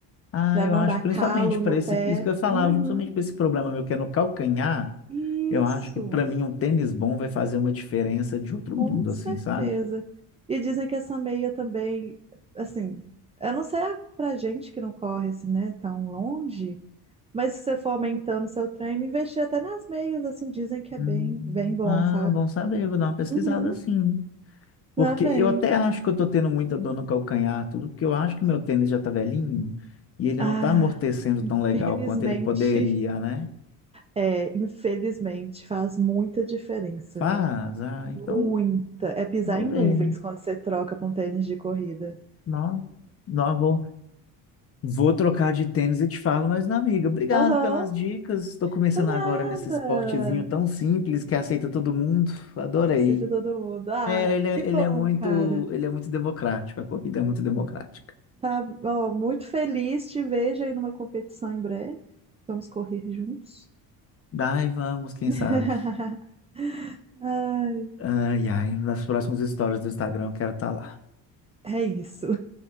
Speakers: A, on the left (about 35°); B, on the right (about 15°).
A: Ah,
B: para
A: eu
B: não
A: acho,
B: dar
A: principalmente
B: calo
A: para
B: no
A: esse,
B: pé.
A: isso que eu ia falar,
B: Uhum.
A: justamente para esse problema meu que é no calcanhar,
B: Isso,
A: eu acho que para mim um tênis bom vai fazer uma diferença de outro
B: com
A: mundo,
B: certeza.
A: assim, sabe?
B: E dizem que essa meia também, assim, eu não sei a- pra gente que não corre assim, né, tão longe. Mas se você for aumentando seu treino, investir até nas meias, assim, dizem que é
A: Hum,
B: bem, bem bom,
A: ah,
B: sabe?
A: bom saber, vou dar uma pesquisada
B: Uhum,
A: assim. Porque
B: tá bem.
A: eu até acho que eu tô tendo muita dor no calcanhar, tudo, porque eu acho que meu tênis já tá velhinho e ele
B: Ah,
A: não tá amortecendo
B: <laughs>
A: tão legal
B: felizmente,
A: quanto ele poderia, né?
B: é, infelizmente, faz muita diferença,
A: Faz,
B: viu?
A: ah, então
B: Muita. É pisar
A: vou
B: em
A: ler.
B: nuvens quando você troca pra um tênis de corrida.
A: Não, não, vou, vou trocar de tênis e te falo, mas não, amiga, obrigado
B: Aham,
A: pelas dicas. Estou começando
B: por nada.
A: agora nesse esportezinho tão simples que aceita todo mundo. Adorei.
B: Aceita todo mundo. Ah,
A: É, ele é,
B: que bom,
A: ele é muito,
B: cara.
A: ele é muito democrático, a corrida é muito democrática.
B: Tá, ó, muito feliz, te vejo aí numa competição em breve. Vamos correr juntos.
A: Daí vamos, quem
B: <laughs>
A: sabe.
B: Ai.
A: Ai, ai, nas próximas histórias do Instagram eu quero estar lá,
B: É isso.